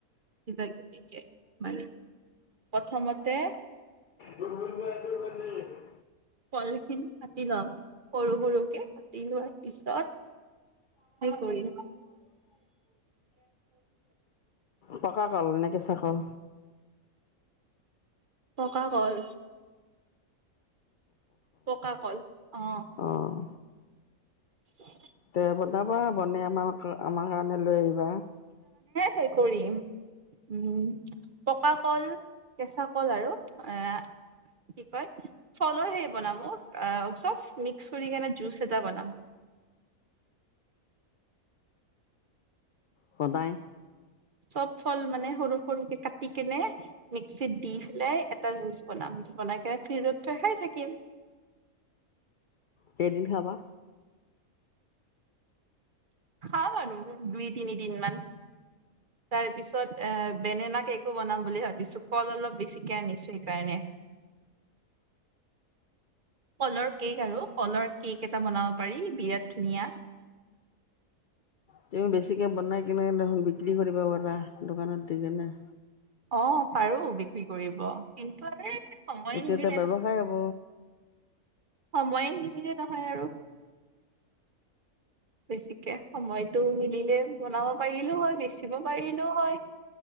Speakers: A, on the right; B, on the left.
A: কিবা কিবিকে মানে, প্ৰথমতে
B: দুৰ্গ যগে <unintelligible>
A: কলখিনি কাটি লম, সৰু-সৰু কে কাটি লোৱাৰ পিছত, কৰিম
B: পকা কল নে কেঁচা কল?
A: পকা কল। পকা কল। অ।
B: অঁ
A: উ <unintelligible>
B: তে বনাবা, বনাই আমাৰ আমাৰ কাৰণে লৈ আহিবা।
A: হ কৰিম। উম, পকা কল কেঁচা কল আৰু। এ কি কয়? ফলৰ সেই বনাম আহ চব মিক্স কৰি কেনে জুচ এটা বনাম।
B: সদায়
A: চব ফল মানে সৰু সৰুকে কাটি কেনে মিক্সিত দি পেলাই এটা জুচ বনাম, বনাই কিনে ফ্ৰিজত থৈ খাই থাকিম।
B: কেইদিন খাবা?
A: খাম আৰু দুই তিনি দিন মান, তাৰ পিছত এ বেনানা কেকো বনাম বুলি ভাবিছো কল অলপ বেছিকে আনিছো সেইকাৰণে। কলৰ কেক আৰু কলৰ কেক এটা বনাব পাৰি বিৰাট ধুনীয়া।
B: তুমি বেছিকে বনাই কেনে দেখা বিক্ৰী কৰিবা পাৰা, দোকানত দি কেনে?
A: অ পাৰো বিক্ৰী কৰিব কিন্তু এ সময়ে
B: এইটো
A: নিমিলে
B: এটা ব্যৱসায় হ'ব
A: সময়ে নিমিলে নহয় আৰু। বেছিকে সময়তটো মিলিলে বনাব পাৰিলো হয় বেছিব পাৰিলো হয়,